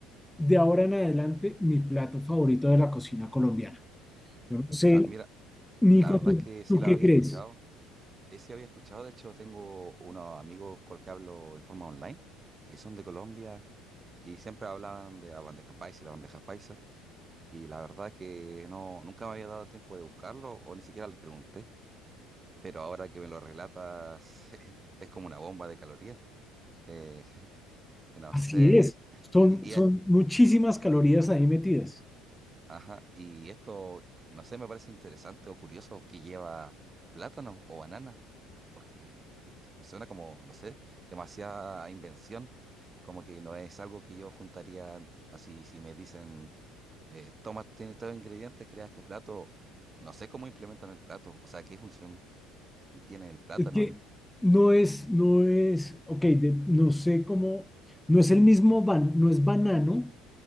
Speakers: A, in the centre; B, on the right.
A: de ahora en adelante mi plato favorito de la cocina colombiana. Yo no sé,
B: La, mira,
A: Nico,
B: la verdad
A: ¿tú,
B: que sí
A: tú
B: la
A: qué
B: había
A: crees?
B: escuchado. Eh, sí había escuchado, de hecho tengo unos amigos con los que hablo de forma online, que son de Colombia y siempre hablaban de la bandeja paisa y la bandeja paisa. Y la verdad que no, nunca me había dado tiempo de buscarlo o ni siquiera les pregunté. Pero ahora que me lo relatas, <laughs> es como una bomba de calorías. Eh, <laughs> y no
A: Así
B: sé.
A: es, son,
B: Y,
A: son
B: y,
A: muchísimas calorías ahí metidas.
B: Ajá, y esto, no sé, me parece interesante o curioso que lleva plátano o banana, porque me suena como, no sé, demasiada invención, como que no es algo que yo juntaría así, si me dicen, eh, toma, tiene estos ingredientes, crea este plato, no sé cómo implementan el plato, o sea, qué función tiene el plátano
A: Es que
B: ahí,
A: no es, no es, ok, de-
B: O-
A: no sé cómo, no es el mismo, ban- no es banano,